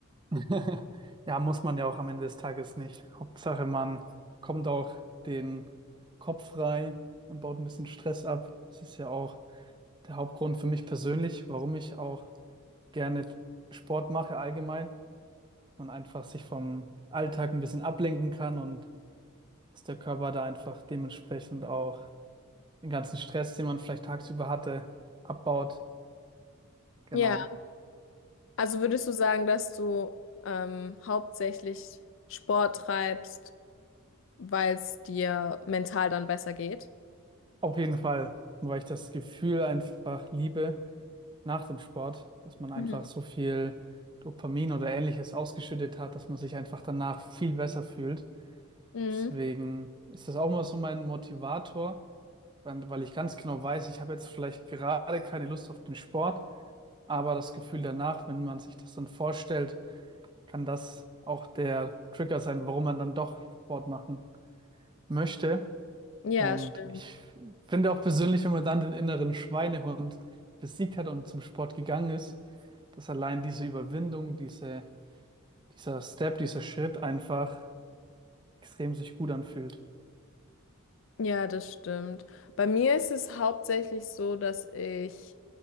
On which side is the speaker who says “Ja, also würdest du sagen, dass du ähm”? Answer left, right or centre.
Left